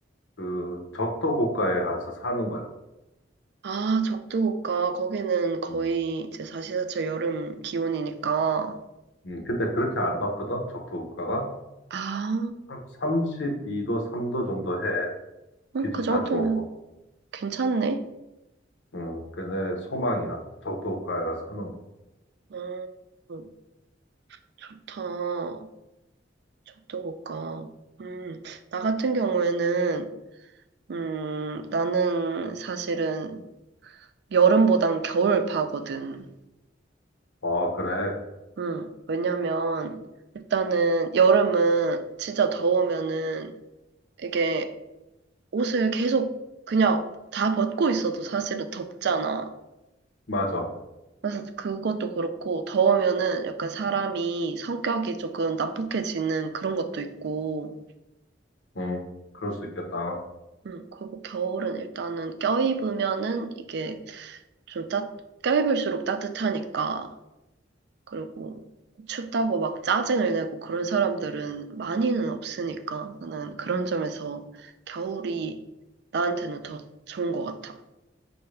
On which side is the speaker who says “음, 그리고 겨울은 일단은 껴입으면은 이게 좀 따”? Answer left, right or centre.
Right